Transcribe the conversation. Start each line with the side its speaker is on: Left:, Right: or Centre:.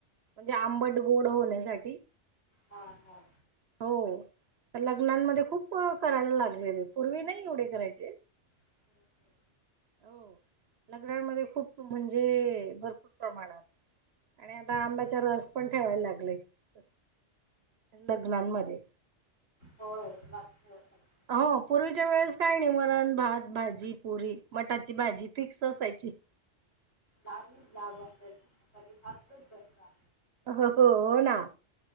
Right: म्हणजे आंबट गोड होण्यासाठी
Left: हा हा.
Right: हो. लग्नांमध्ये खूप करायला लागले ते, पूर्वी नाही एवढे करायचे
Left: हं, हं,
Right: हो लग्नामध्ये खूप म्हणजे भरपूर प्रमाणात. आणि आता
Left: हं.
Right: आंब्याचा रस पण ठेवायला लागलेत. लग्नांनमध्ये.
Left: होय लागतय आत्ता <unintelligible>
Right: हो पूर्वीच्या वेळेस काय नाही वरण, भात, भाजी, पुरी, मटाची भाजी फिक्स असायची. <inaudible>
Left: लाडू, लाडू असायचा मसाले भात असायचा.
Right: हो हो हो ना.